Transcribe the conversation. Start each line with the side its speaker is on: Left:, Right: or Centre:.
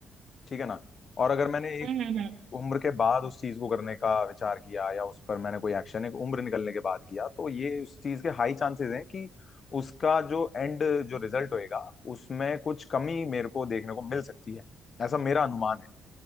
Left: ठीक है ना और अगर मैंने
Right: हम्म हम्म हम्म।
Left: उम्र के बाद उस चीज को करने का विचार किया या उस पर मैंने कोई एक्शन एक उम्र निकलने के बाद किया तो ये उस चीज के हाई चांसेस हैं कि उसका जो एंड जो रिजल्ट होएगा उसमें कुछ कमी मेरे को देखने को मिल सकती है ऐसा मेरा अनुमान है